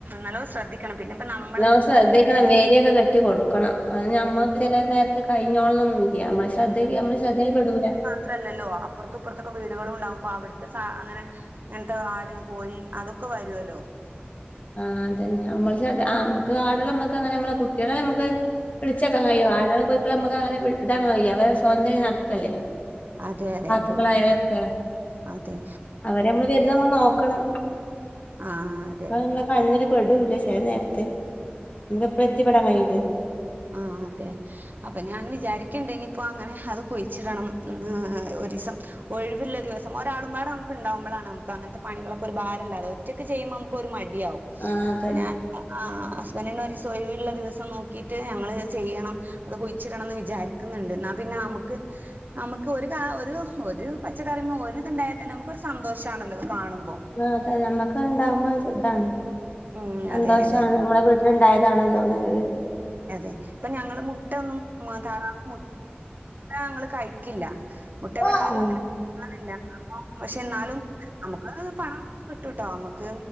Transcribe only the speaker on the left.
ല്ലോം ശ്രദ്ധിക്കണം വേലി ഒക്കെ കെട്ടി കൊട് - ക്കണം അത് ഞമ്മക്ക് ചില നേരത്ത് കഴിഞ്ഞോളണന്നില്ല നമ്മള് ശ്രദ്ധക്ക് നമ്മള് ശ്രദ്ധയിൽ പെടുല
ആഹ് അതന്നെ നമ്മള്ക്കത് ആ നമ്മക്ക് ആടളെ നമ്മക്ക് അങ്ങനെ നമ്മളെ കുട്ടികളെ നമ്മുക്ക് പിടിച്ചക്കാ കഴിയോ ആടളും കോഴിക്കള നമുക്ക് അങ്ങനെ ഇതാൻ കഴിയോ അവരെ സ്വാതന്ത്രയി നടക്കല്ലേ
കാക്കകളായാലൊക്കെ
അവരെ നമ്മള് വരുന്ന നമ്മള് നോക്കണം
മ്മ കണ്ണില് പെടൂല്ല ചില നേരത്തെ നമുക്ക് എപ്പഴ എത്തിപ്പെടാൻ കഴിയൂല്ല
ആഹ് അതന്നെ
ആ അതെ നമ്മക്ക് ഉണ്ടാവുമ്പോ ഇതാണ്
സന്തോഷാണ്
നമ്മെളെ വീ ട്ടിലുണ്ടായതാണല്ലോന്ന് ഒര്
ആഹ്